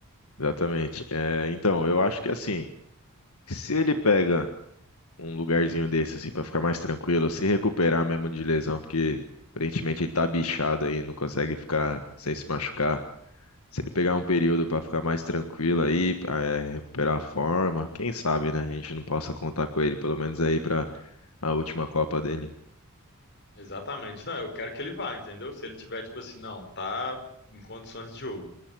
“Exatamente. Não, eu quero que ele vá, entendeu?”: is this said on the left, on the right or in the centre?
Left